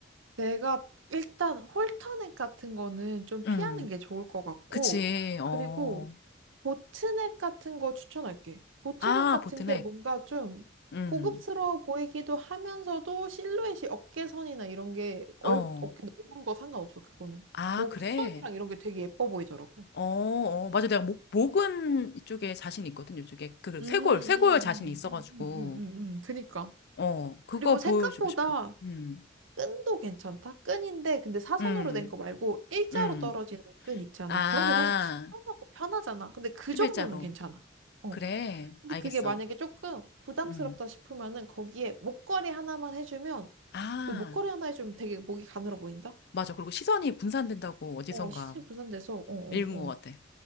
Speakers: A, on the right (about 80°); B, on the left (about 55°).
A: 내가 일단 홀터넥 같은 거는 좀
B: 음,
A: 피하는 게 좋을 것 같고,
B: 그치, 어.
A: 그리고 보트넥 같은 거 추천할게. 보트넥
B: 아,
A: 같은
B: 보트넥.
A: 게 뭔가 좀
B: 음,
A: 고급스러워 보이기도 하면서도 실루엣이 어깨선이나 이런 게 얼,
B: 어.
A: 어깨 넓은 거 상관없어, 그거는.
B: 아,
A: 목선이랑
B: 그래?
A: 이런 게 되게 예뻐 보이더라고.
B: 어, 어, 맞아. 내가 목, 목은 이쪽에 자신 있거든, 이쪽에. 그, 그리고
A: 음,
B: 쇄골,
A: 음,
B: 쇄골
A: 음,
B: 자신이 있어가지고.
A: 음, 음, 음, 음. 그니까.
B: 어, 그거
A: 그리고 생각보다
B: 보여주고 싶어. 음,
A: 끈도 괜찮다. 끈인데 근데 사선으로
B: 음,
A: 된 거 말고 일자로
B: 음.
A: 떨어지는 끈 있잖아.
B: 아,
A: 그런 게 사실 시원하고 편하잖아. 근데 그
B: 11자로.
A: 정도는 괜찮아. 어.
B: 그래,
A: 근데
B: 알겠어.
A: 그게 만약에 조금 부담스럽다
B: 음.
A: 싶으면은 거기에 목걸이 하나만 해주면
B: 아,
A: 왜 목걸이 하나 해주면 되게 목이 가늘어 보인다?
B: 맞아. 그리고 시선이 분산된다고 어디선가
A: 어, 시선이 분산돼서 어, 어,
B: 읽은
A: 어.
B: 것 같아.